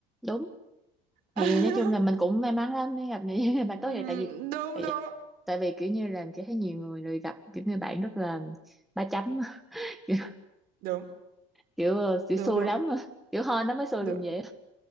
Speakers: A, in the centre; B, on the right.
A: đúng thì
B: <laughs>
A: nói chung là mình cũng may mắn lắm mới gặp những người bạn
B: Ừm,
A: tốt vậy tại vì
B: đúng
A: tại
B: đúng
A: vì tại vì kiểu như là chỉ thấy nhiều người rồi gặp kiểu như bạn rất là ba chấm <laughs> kiểu
B: đúng
A: kiểu, ờ, kiểu
B: đúng
A: xui
B: đúng
A: lắm kiểu hên nó mới xui
B: đúng
A: được vậy